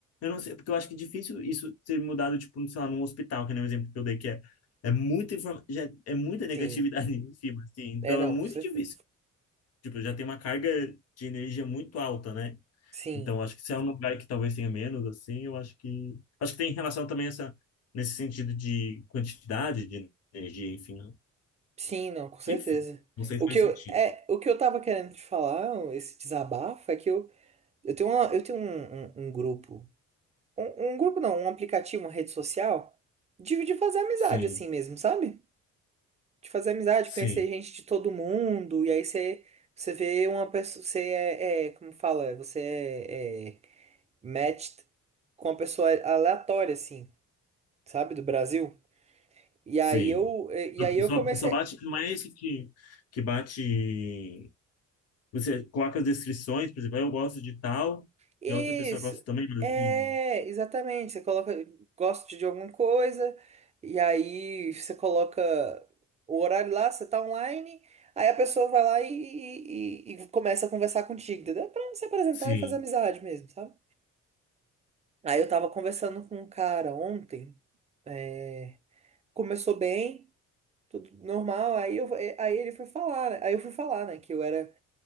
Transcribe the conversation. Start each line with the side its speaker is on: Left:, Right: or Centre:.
Left: não sei, porque eu acho que é difícil isso ser mudado tipo, sei lá, num hospital, que nem o exemplo que eu dei que é é muita informa... já é muita negatividade
Right: Sim.
Left: <laughs> em cima, assim. Então
Right: É, não,
Left: é muito
Right: com certeza.
Left: difícil. Tipo, já tem uma carga de energia muito alta, né?
Right: Sim.
Left: Então, acho que se é um lugar que talvez tenha menos, assim, eu acho que. Acho que tem relação também essa, nesse sentido de quantidade de energia, enfim. né?
Right: Sim, não, com certeza.
Left: Enfim, não sei
Right: O
Left: se faz
Right: que eu,
Left: sentido.
Right: é, o que eu tava querendo te falar, esse desabafo, é que eu, eu tenho, uma, eu tenho um, um, um grupo. Um, um grupo não, um aplicativo, uma rede social, de, de fazer amizade
Left: Sim,
Right: assim mesmo, sabe? De fazer amizade,
Left: sim,
Right: conhecer gente de todo mundo, e aí você, você vê uma pessoa, você é, é, como fala, é, você é, é matched com uma pessoa aleatória, assim, sabe, do Brasil. E
Left: sim.
Right: aí eu, e aí eu
Left: Só,
Right: comecei.
Left: só bate, não é esse que, que bate. Você coloca as descrições, por exemplo, "Ah, eu gosto de tal,
Right: Isso,
Left: e a outra pessoa gosta também, mas assim.
Right: é, exatamente. Você coloca, gosta de alguma coisa, e aí você coloca o horário lá, você tá online, aí a pessoa vai lá e, e- e começa a conversar contigo, entendeu? Pra se apresentar
Left: Sim,
Right: e fazer amizade mesmo, sabe? Aí eu tava conversando com um cara ontem, é, começou bem, tudo normal, aí, eu, eh, aí ele foi falar, né? Aí eu fui falar, né, que eu era,